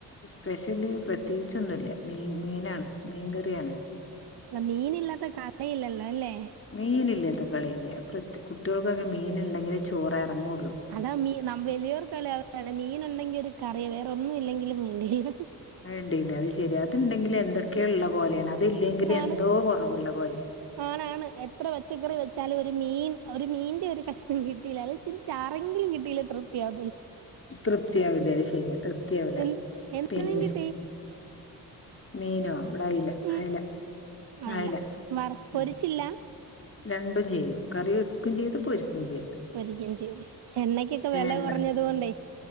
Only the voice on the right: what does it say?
അ മീനില്ലാത്ത <unintelligible> അല്ലേ
അതാ മീ നമ് വെലിയോർക്കല്ലെ അതെ മീൻ ഇണ്ടെങ്കിൽ ഒരു കറി വേറെ ഒന്നും ഇല്ലെങ്കിലും വേണ്ടില്ല
ആണ്
ആണാണ് എത്ര പച്ചക്കറി വെച്ചാലും ഒരു മീൻ ഒരു മീന്റെ ഒരു കഷ്ണം കിട്ട കിട്ടിലാ അല്ലെ ഇച്ചിരി ചാറെങ്കിലും കിട്ടീല്ല ത്രിപ് യാ
എന്ത് എന്ത്
വേട്ടേ <unintelligible>
ഉം
അയില
വറ് പൊരിച്ചില്ല
പൊരിക്കയും ചെയ്യും എണ്ണക്കൊക്കെ വെല
കൊറഞ്ഞത് കൊണ്ടേ